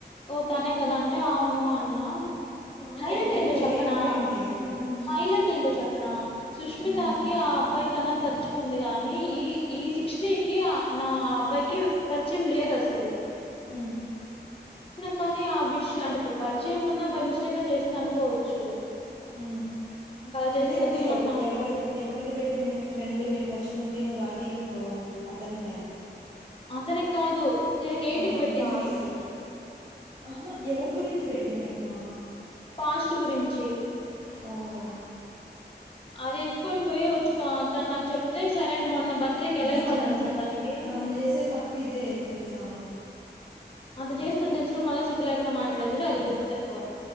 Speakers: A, on the left; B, on the right.
A: ఓ
B: ఉమ్,
A: తనే కదా అంటే అవును అన్నా
B: కాదు
A: హైలైట్
B: ఒకవేళ
A: ఏంటో
B: తెలియకపోయింటే
A: చెప్పనా
B: ఉమ్,
A: హైలైట్ ఏంటో చెప్పనా సుష్మితకి
B: ఉమ్,
A: ఆ అబ్బాయి కన్నా పరిచయం ఉందిగా కానీ ఈ ఈ సిక్స్టీ కి నా అబ్బాయికి పరిచయం లేదు అసలు
B: ఉ
A: కాని ఆ విషయం అంటే ఇప్పుడు పరిచయం ఉన్నా బై మిస్టేక్ గా చేసింది అనుకోవచ్చు
B: ఉ
A: ఇంకా అలా
B: అంటే
A: చేసేసరికి
B: ఇప్పుడు
A: మొన్న
B: ఎవ ఎవరి ఎవరిది పెట్టింది మీ ఫ్రెండ్ మీరు ఫస్ట్ నుండి నువ్వు రాకే కడుత తు అతనికిక
A: అతనికి కాదు తనకి ఎయిట్
B: ఆపాస్ట్
A: కి పెట్టింది
B: ఆహా ఎవరి గురించి పెట్టిందిట్లా
A: పాస్ట్ గురించి
B: ఒమ్
A: అది ఎత్తుకొని పోయి వచ్చి తను నాకు చెప్తే సరే అని మొన్న బర్త్డేకి ఎలా
B: ఇో
A: ఇచ్చాను
B: మనం
A: తెలుసా తనకి
B: మనం చేసే తప్పు ఇదే తెలుసా
A: అంత చేసినందని తెలుసు కూడాడు మళ్ళా సిగ్ లేకుండా మాట్లాడేాడు అది బుద్ధి తక్కువ